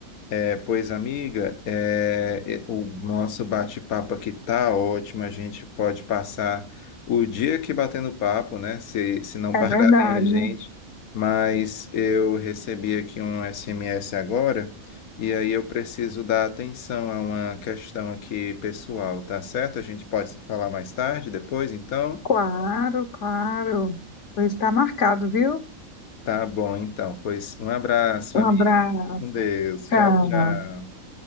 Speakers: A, on the left; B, on the left.
A: É, pois, amiga, é, é, o nosso bate-papo aqui tá ótimo. A gente pode passar o dia aqui batendo papo, né? Se, se não <laughs> pararem
B: É verdade.
A: a gente. Mas eu recebi aqui um SMS agora, e aí eu preciso dar atenção a uma questão aqui pessoal, tá certo? A gente pode se falar mais tarde, depois, então?
B: Claro, claro. Pois está marcado, viu?
A: Tá bom, então. Pois um abraço,
B: Um
A: amigo.
B: abraço.
A: Fica Com Deus.
B: Tchau.
A: Tchau, tchau.